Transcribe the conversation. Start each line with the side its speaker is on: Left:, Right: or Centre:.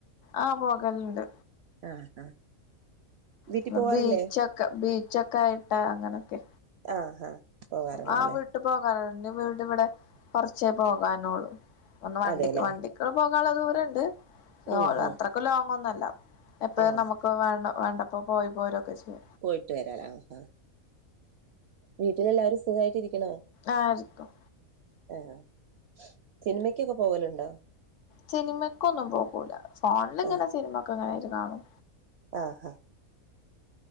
Left: ആ പോകല്ണ്ട്
Right: ആഹ് ആഹ് വീട്ടിൽ
Left: പ്പ
Right: പോവാറില്ലേ
Left: ബീച്ചൊക്കെ ബീച്ചൊക്കെ ആയിട്ടാ അങ്ങനൊക്കെ
Right: ആ ഹാ പോവാറുള്ളത്
Left: ആ
Right: അല്ലേ
Left: വീട്ട് പോകാറ്ണ്ട് ന്റെ വീട് വ്ടെ കൊർച്ചേ പോകാനൊള്ള് ഒന്ന് വണ്ടിക്ക്
Right: അതെല്ലേ
Left: വണ്ടി ക്ക്‌ പോകാള്ള ദൂരണ്ട് പക്ഷെ
Right: ഉം
Left: ഓള
Right: ഉം
Left: അത്രക്ക്‌ ലോങ്ങ്‌ ഒന്നും അല്ല എപ്പഴും
Right: ആഹ്
Left: നമുക്ക് ക്ക്‌ വേണ്ട വേണ്ടപ്പോ പോയി പോരൊക്കെ ചെയ്യ
Right: പോയിട്ട് വരാലേ ആ ആ വീട്ടിലെല്ലാവരും സുഖയിട്ട് ഇരിക്കണോ
Left: ആ സുഖം
Right: ആ ഹാ സിൽമക്കെക്ക പോവല്ണ്ടാ
Left: സിനിമക്കൊന്നും പോകൂല ഫോൺല്ങ്ങനെ
Right: ആഹ്
Left: സിനിമ ഒക്കെ ഇങ്ങനെ ഇര്ന്ന് കാണും
Right: ആഹ്